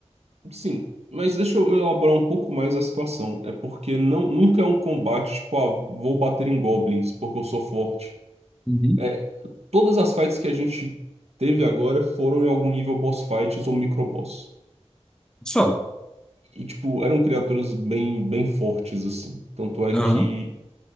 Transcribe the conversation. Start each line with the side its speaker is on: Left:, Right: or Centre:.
Right: Sim. Mas deixa eu elaborar um pouco mais a situação. É porque não, nunca é um combate, tipo, ah, vou bater em goblins porque eu sou forte.
Centre: Uhum.
Right: É, todas as fights que a gente teve agora foram em algum nível boss fights ou microboss.
Centre: Só.
Right: E, tipo, eram criaturas bem, bem fortes, assim. Tanto é
Centre: Aham.
Right: que